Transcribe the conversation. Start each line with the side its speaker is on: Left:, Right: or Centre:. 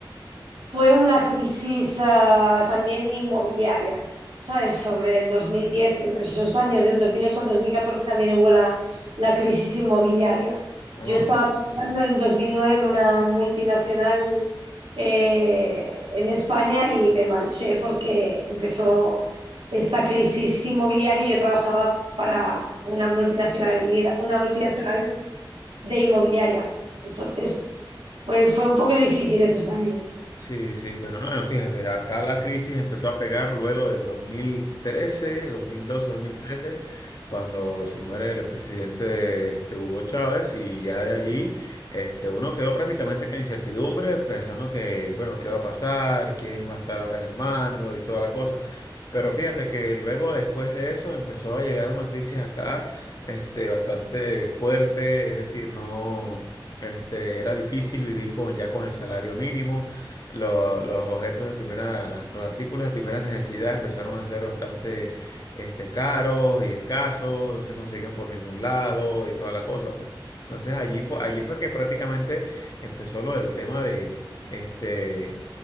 Right: fue una crisis ah, también inmobiliaria, ¿sabes? Sobre el 2010, entre esos años, del 2008 al 2014 también hubo la, la crisis inmobiliaria.
Left: ¿no?
Right: Yo estaba trabajando en el 2009 en una multinacional eh, en España y me marché porque empezó esta crisis inmobiliaria y yo trabajaba para una multinacionalidad, una multinacional de inmobiliaria. Entonces, fue, fue un poco difícil esos años.
Left: Sí, sí, bueno, no, no, fíjate, acá la crisis empezó a pegar luego del 2013, 2012, 2013, cuando se muere el presidente este, Hugo Chávez y ya de allí este, uno quedó prácticamente con incertidumbre, pensando que, bueno, qué va a pasar, quién va a estar ahora en el mando y toda la cosa. Pero fíjate que luego después de eso empezó a llegar una crisis acá este, bastante fuerte, es decir, no... Este, era difícil vivir con, ya con el salario mínimo lo- los objetos de primera, los artículos de primera necesidad empezaron a ser bastante este, caros y escasos, no se conseguían por ningún lado y toda la cosa, pues. Entonces allí, fu- allí fue que prácticamente empezó lo del tema de este